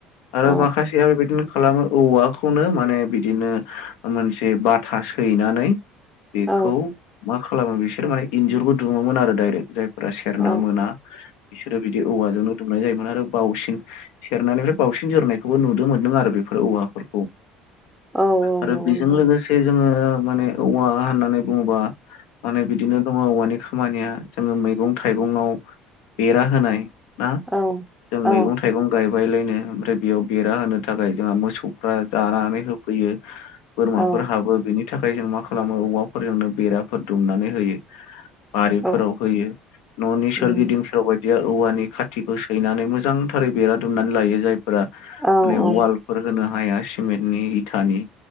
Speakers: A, on the left; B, in the centre.
A: आरो
B: औ
A: माखासेया बेबायदिनो खालामो औवाखौनो माने बिदिनो मोनसे बाथा सैनानै बेखौ
B: औ
A: मा खालामो बिसोर माने इन्जुरबो दुुमोमोन आरो दाइरेक्ट जाय फोरा सेरना
B: औ
A: मोना बिसोरो बिदि औवाजोंनो दुमनाय जायोमोन आरो बावसिन सेरनानिफ्राय बावसिन जोरनायखौबो नुदो मोनदों आरो बेफोर औवाफोरखौ।
B: औ
A: आरो
B: नंगौ
A: बेजों
B: नोंथां
A: लोगोसे जोङो माने औवा होननानै बुङोबा। माने बिदिनो दङ औवानि खामानिया जोङो मैगं थाइगङाव बेरा होनाय। ना
B: औ
A: जों
B: औ
A: मैगं थाइगं गायबाय लायनो ओमफ्राय बेयाव बेरा होनो थाखाय जोंहा मोसौ फोरा जानानै होफैयो बोरमाफोर
B: औ
A: हाबो बेनि थाखाय जों मा खालामो औवाफोरजोंनो बेराफोर दुमनानै होयो। बारिफोराव
B: औ
A: होयो न'नि
B: उम
A: सोरगिदिं सोरबा बायदिया औवानि खाथिखौ सैनानै मो जांथारै बेरा दुमनानै लायो जायफोरा माने
B: औ औ
A: वालफोर होनो हाया सिमेन्टनि इथानि